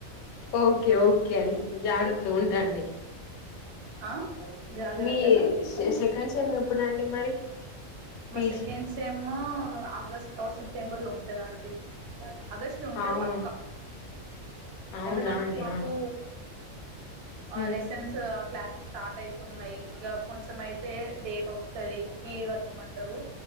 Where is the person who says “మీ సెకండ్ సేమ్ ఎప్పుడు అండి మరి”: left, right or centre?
Left